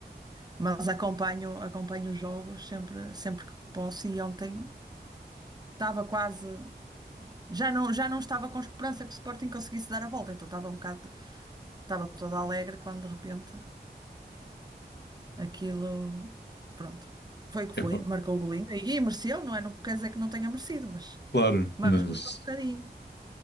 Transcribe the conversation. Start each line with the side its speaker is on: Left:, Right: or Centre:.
Right: mas acompanho, acompanho os jogos sempre, sempre que posso. E ontem estava quase, já não, já não estava com esperança que o Sporting conseguisse dar a volta, então estava um bocado, estava toda alegre quando de repente. Aquilo, pronto, foi o que
Left: epá,
Right: foi, marcou o golinho e, e mereceu, não é? Não quer dizer que não tenha merecido, mas,
Left: claro,
Right: mas
Left: mas...
Right: custou um bocadinho,